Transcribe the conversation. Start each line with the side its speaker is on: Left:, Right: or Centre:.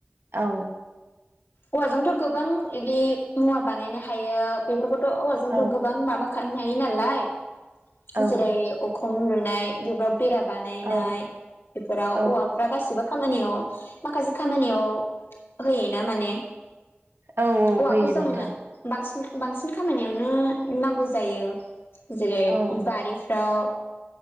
Right: औ
Left: औवाजोंथ' गोबां इदि मुवा बानायनो हायो बेफोरखौथ' औवाजोंथ'
Right: औ
Left: गोबां माबाखानो हायो नालाय
Right: औ
Left: जेरै अखुम लुनाय बेफोराव बेरा बानायनाय
Right: औ
Left: बेफोराव
Right: औ
Left: औवाफ्रा गासिबो खामानियाव माखासे खामानियाव होयोना माने
Right: औ
Left: औवाखौ
Right: होयो
Left: जोंनो
Right: नोंथां
Left: बांसिन बांसिन खामानियावनो नांगौ जायो जेरै
Right: औ
Left: बारिफ्राव